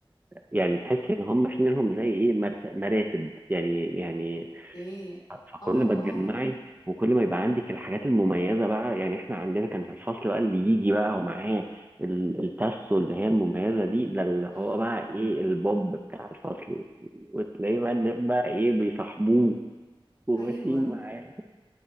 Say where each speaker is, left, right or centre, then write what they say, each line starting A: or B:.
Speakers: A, on the right; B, on the left.
A: يعني تحس إن هم في منهم زي إيه مرت- مراتب يعني يعني
B: اوكي
A: فكل
B: اه
A: ما تجمعي
B: اه
A: وكل ما يبقى عندك الحاجات المميزه بقى يعني احنا عندنا كان في الفصل بقى اللي يجي بقى ومعاه ال- التاسو اللي هي المميزه دي ده اللي هو
B: امم
A: بقى ايه البوب بتاع الفصل وتلاقيه بقى الناس بقى ايه بيصاحبوه وماشيين
B: ايوه
A: معاه